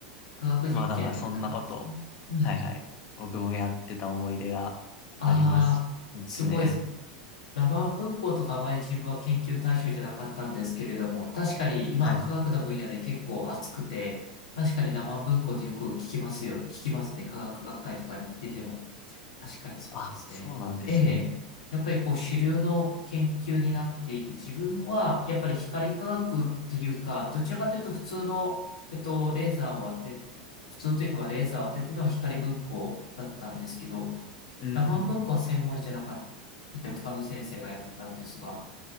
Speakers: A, on the left; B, on the left.
A: 科学実験の一環ですね。
B: まあだからそんなことを、
A: うん。
B: はいはい。僕もやってた思い出がありますですね。
A: ああ、すごいです。ラマン文庫とかあまり自分は研究対象じゃなかったんですけれども、確かに今科学の分野で結構熱くて、
B: はい。
A: 確かにラマン文庫ってよく聞きますよ。聞きますね。科学学会とかに行ってても。確かにそうですね。
B: あ、そうなんですね。
A: ええ。やっぱりこう主流の研究になっていて、自分はやっぱり光科学というか、どちらかというと普通の、えっと、レーザーを当て、普通というかまあレーザーを当てての光文庫だったんですけど、
B: うん。
A: ラマン文庫は専門じゃなくて、他の先生がやってたんですが、